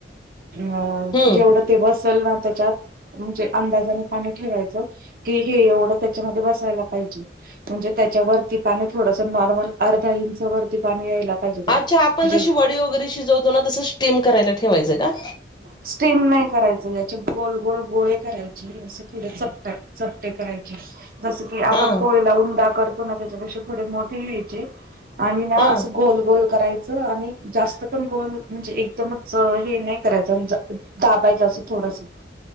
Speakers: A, on the right; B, on the left.
A: अ
B: हम्म
A: जेवढं ते बसेल ना त्याच्यात. म्हणजे अंदाजाने पाणी ठेवायचं. कि हे एवढं त्याच्यामध्ये बसायला पाहिजे. म्हणजे त्याच्यावरती पाणी थोडस नॉर्मल. अर्धा इंचवर ते पाणी यायला पाहिजे. त्या
B: अच्छा आपण जशी
A: जे
B: वडी वगैरे शिजवतो ना. तसं स्टीम करायला ठेवायचं का?
A: स्टीम नाही करायच. याचे गोल गोल गोळे करायचे. असं थड चपट. चपटे करायचे. जस की
B: हा
A: आपण पोळीला उंडा कर तो ना. त्याच्यापेक्षा थोडे मोठे घ्यायचे. आणि ना
B: हा
A: अस गोल गोल कराय च. आणि जास्त पण गोल म्हणजे एकदमच हे नाही करायचं. दाबायच असं थोडस.